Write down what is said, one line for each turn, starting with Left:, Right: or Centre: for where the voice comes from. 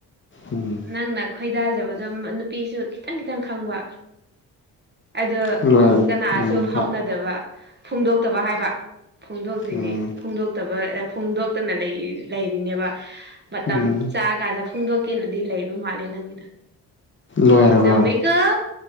Left: ꯎꯝ
Right: ꯅꯪꯅ ꯈꯣꯏꯗꯥꯖꯕ ꯑꯗꯨꯝ ꯅꯨꯄꯤꯁꯨ ꯈꯤꯇꯪ ꯈꯤꯇꯪ ꯈꯪꯕ ꯑꯗꯣ
Left: ꯂꯣꯏꯔꯦ
Right: ꯀꯅꯥꯁꯨ
Left: ꯎꯝ
Right: ꯐꯥꯎꯅꯗꯕ ꯐꯣꯡꯗꯣꯛꯇꯕ ꯍꯥꯏꯕ ꯐꯣꯡꯗꯣꯛꯇꯣꯏꯅꯤ
Left: ꯎꯝ
Right: ꯐꯣꯡꯗꯣꯛꯇꯕ ꯑ ꯐꯣꯡꯗꯣꯛꯇꯅ ꯂꯩ ꯂꯩꯔꯤꯅꯦꯕ ꯃꯇꯝ
Left: ꯎꯝ
Right: ꯆꯥ ꯀꯥꯟꯗ ꯐꯣꯡꯗꯣꯛ ꯀꯦꯅꯗꯤ ꯂꯩꯕ ꯃꯥꯜꯂꯦ ꯅꯪꯒꯤꯗꯣ
Left: ꯂꯣꯏꯔꯕꯣ
Right: ꯆꯨꯝꯃꯤꯀꯣ